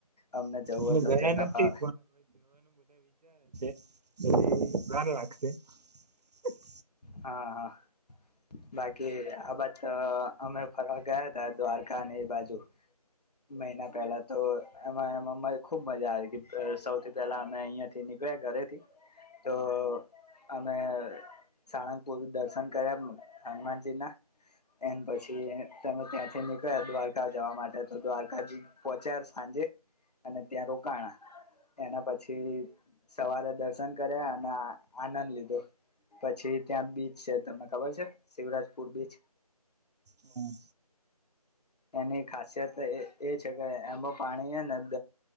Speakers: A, on the left (about 80°); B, on the right (about 85°).
A: અમને જવું
B: અમે
A: હો તો
B: ગયા
A: જતા
B: નથી
A: ફાવે
B: એ ભ <inaudible> લખશે
A: હા હા બાકી આ વાત અમે ફરવા ગયા તા દ્વારકા અને એ બાજુ મહિના પહેલા તો એમાં એ ખુબ મજા આવી સૌથી પહેલા અમે અહિયાંથી નીકળ્યા ઘરેથી તો અમે સાણંદ પુર દર્શન કર્યા હનુમાનજી ના એ પછી તમે ત્યાંથી નીકળ્યા દ્વારકા જવા માટે તો દ્વારકા જ પહોચ્યા સાંજે અને ત્યાં રોકાણા એના પછી સવારે દર્શન કર્યા અને આનંદ લીધો. પછી ત્યાં બીચ છે તમને ખબર છે શિવરાજપુર બીચ
B: હમ
A: એની ખાસિયત એ છે કે એમાં પાણી છે ને